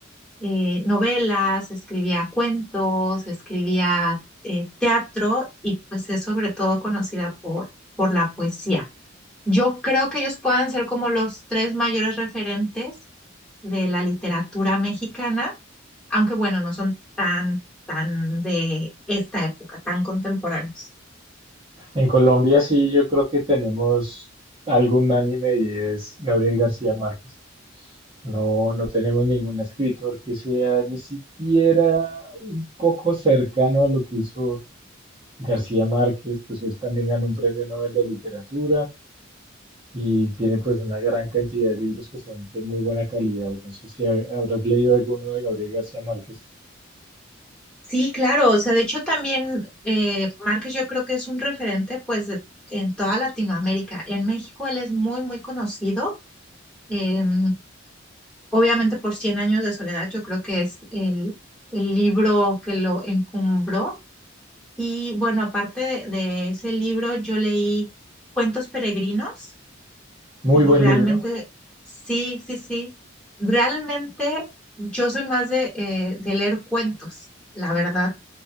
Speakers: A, in the centre; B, on the right.
A: eh, novelas, escribía cuentos, escribía eh, teatro y pues es sobre todo conocida por, por la poesía. Yo creo que ellos puedan ser como los tres mayores referentes de la literatura mexicana, aunque bueno, no son tan, tan de esta época, tan contemporáneos.
B: En Colombia sí, yo creo que tenemos algún anime y es Gabriel García Márquez. No, no tenemos ningún escritor que sea ni siquiera un poco cercano a lo que hizo García Márquez, pues él también ganó un premio Nobel de Literatura y tiene pues una gran cantidad de libros que son de muy buena calidad. No sé si ha- habrás leído alguno de Gabriel García Márquez.
A: Sí, claro, o sea, de hecho también eh, Márquez yo creo que es un referente pues de- en toda Latinoamérica. En México él es muy, muy conocido. em, obviamente por Cien años de soledad yo creo que es el, el libro que lo encumbró. Y bueno, aparte de, de ese libro yo leí Cuentos peregrinos
B: Muy
A: Y
B: buen
A: realmente,
B: libro.
A: sí, sí, sí. Realmente yo soy más de, eh, de leer cuentos, la verdad.